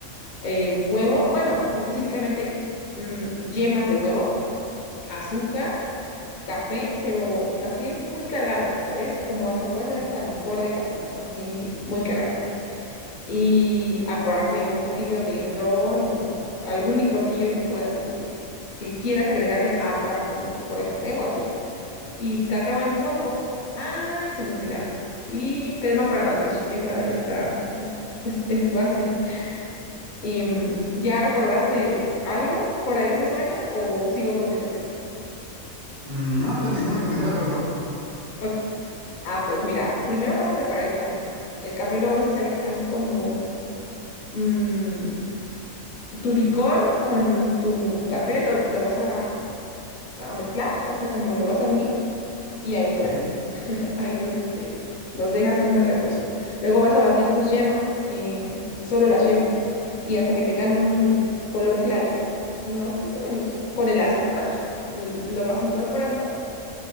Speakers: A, on the left (about 65°); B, on the right (about 45°).
A: Eh, huevo, bueno, específicamente mm, yemas de huevo, azúcar, café, pero café muy cargado, ¿sabes? Como hasta puede ser hasta licor de café, o sí, muy cargado. Y aparte un poquito de ron o algún licorcillo que puedas, este, que quieras agregarle aparte del licor de café o así y cacao en polvo. Ay, se me olvidaba. Y crema para batir, que esa esta es, es, es base. Y, mm, ¿ya recordaste algo? ¿Por ahí te suena o sigo con mi receta?
B: Mm, No, continúa, continúa, por favor.
A: Ok. Ah, pues mira, primero vas a preparar el café. El café lo vas a hacer así como mm, tu licor con tu café lo, lo vas a, a mezclar, o sea, como lo vas a unir y ahí
B: Ok.
A: los, ahí los, este, los dejas como en reposo. Luego vas a batir tus yemas, eh, solo las yemas, y hasta que tengan un color clarito, unos 5 minutos. Con el azúcar l- lo vas incorporando